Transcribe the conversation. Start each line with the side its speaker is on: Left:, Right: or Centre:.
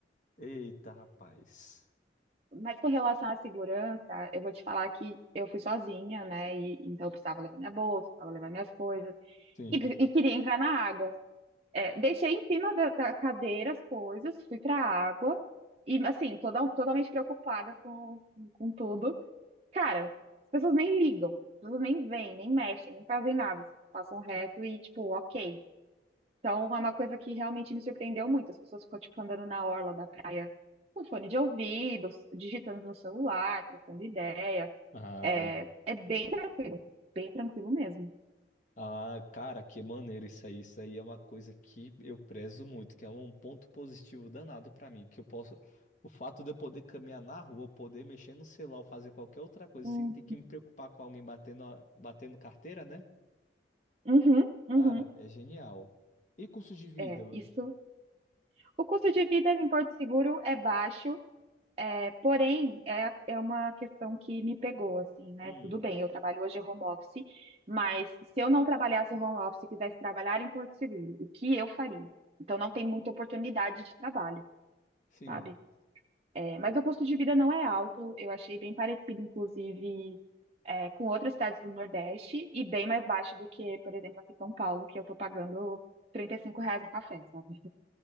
Left: Eita, rapaz.
Right: Mas com relação à segurança, eu vou te falar que eu fui sozinha, né? E, então eu precisava levar minha bolsa, precisava levar minhas coisas.
Left: Sim.
Right: E, pre- e queria entrar na água. É, deixei em cima da, da cadeira as coisas, fui pra água. E assim, toda, totalmente preocupada com, com tudo. Cara, as pessoas nem ligam. As pessoas nem vêm, nem mexem, nem fazem nada. Só Passam reto e tipo, ok. Então, é uma coisa que realmente me surpreendeu muito. As pessoas ficam, tipo, andando na orla da praia com fone de ouvido, digitando no celular, trocando ideia.
Left: Ah.
Right: É, é bem, bem tranquilo mesmo.
Left: Ah, cara, que maneiro isso aí. Isso aí é uma coisa que eu prezo muito, que é um ponto positivo danado pra mim, que eu posso, o fato de eu poder caminhar na rua, poder mexer no celular, ou fazer qualquer outra coisa
Right: Uhum,
Left: sem ter que me preocupar com alguém batendo, a- batendo carteira, né?
Right: uhum, uhum.
Left: Cara, é genial. E custo de vida?
Right: É,
Left: meu?
Right: isso. O custo de vida em Porto Seguro é baixo, é, porém, é, é uma questão que me pegou, assim, né?
Left: Hum,
Right: Tudo bem, eu trabalho hoje home office, mas se eu não trabalhasse home office e quisesse trabalhar em Porto Seguro, o que eu faria? Então, não tem muita oportunidade de trabalho,
Left: sim.
Right: sabe? É, mas o custo de vida não é alto, eu achei bem parecido, inclusive, é, com outras cidades do Nordeste e bem mais baixo do que, por exemplo, aqui em São Paulo, que eu tô pagando 35 reais no café, sabe?